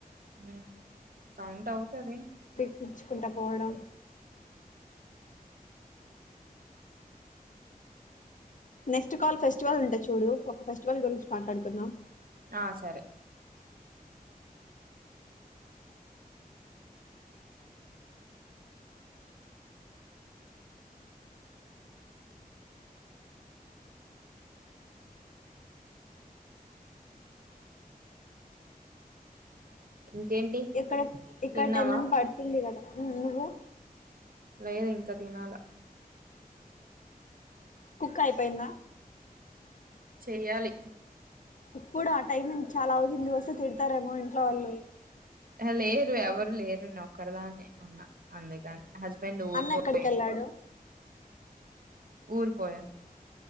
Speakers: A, on the right; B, on the left.
A: ఊహు కౌంట్ అవుతది
B: పీల్చుకుండా పోవడం నెక్స్ట్ కాల్ ఫెస్టివల్ ఉంటా చూడు ఒక ఫెస్టివల్ గురించి మాట్లాడుకుందాం
A: ఆ సరే ఇంకేంటి
B: ఇక్కడ ఇక్కడ
A: తిన్నావా
B: టెన్నిన్ పడుతుంది కదా హ్మ్ నువ్వు
A: లేదు ఇంక తినాల
B: కుక్ అయిపోయిందా
A: చెయ్యాలి
B: ఇప్పుడు ఆ టైం చాలా వు ముందు వస్తే తిడతారేమో ఇంట్లో వాళ్ళు
A: ఆహా లేరు ఎవరు లేరుని ఒక్కదాన్నే ఉన్న అందుకని హస్బెండ్ ఊరి
B: అన్న
A: పోయిండు
B: ఎక్కడికి వెళ్ళాడు
A: ఊర్ పోయా